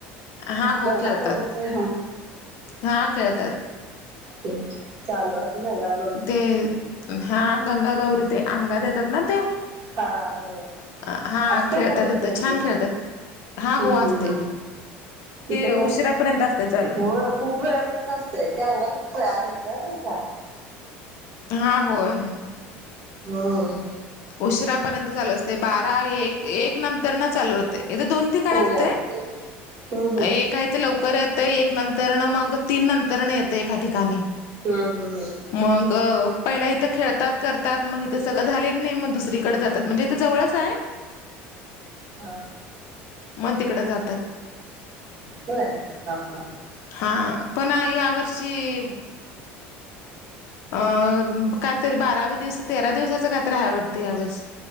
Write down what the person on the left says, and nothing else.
हा हो
खेळतात
हा खेळतात.
ते हा गंगा गौरी ते अंगात येतात ना ते. <inaudible>
अ हा
खेळतात
यथ
छान खेळतात. ऋ हा
हो असते.
उशिरापर्यंत
असते चालू
हा होय.
उशरापर्यंत चालू असते बारा एक एक नंतर न चालू होतय. इथ दोन ठिकाणी
असत
एक काही ते लवकर येतं एक नंतरन मग तीन नंतरन येतं एका ठिकाणी.
मग पहिला इथं खेळतात करतात मग इथं सगळं झालय नाही मग दुसरीकडें जात म्हणजे इथं जवळच आहे.
मग तिकडं जातात.
हा पण या वर्षी. <inaudible> अ काहीतरी बाराव दिवस तेरा दिवसाचं काही तर हाय वाटतं यावेेळेस.